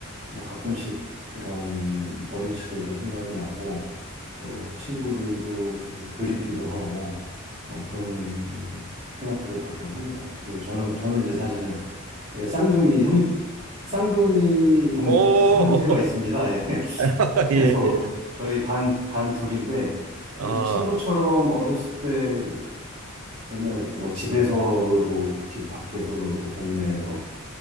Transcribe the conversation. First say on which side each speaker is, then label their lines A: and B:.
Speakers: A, on the right; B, on the right.
A: 뭐 가끔씩 그런 어린 시절도 생각이 나고 또 친구들도 조금 그립기도 하고 어 그런 생각들을 가끔 합니다. 그 저는 저는 이제 사실은 제가 쌍둥이 형 쌍둥이 동
B: 오,
A: 형제가 있습니다. 예.
B: <laughs>
A: 그래서
B: 예, 예.
A: 저희 단, 단 둘인데,
B: 어,
A: 그래서 친구처럼 어렸을 때 맨날 뭐 집에서 놀고, 집 밖에서 놀고, 동네에서